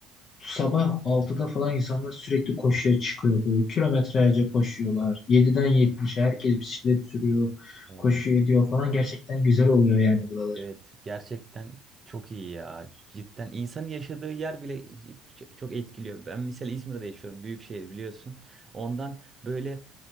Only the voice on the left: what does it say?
Sabah altıda falan insanlar sürekli koşuya çıkıyor böyle. Kilometrelerce koşuyorlar. yediden yetmişe herkes bisiklet sürüyor.
Koşu ediyor falan. Gerçekten güzel oluyor yani buralar.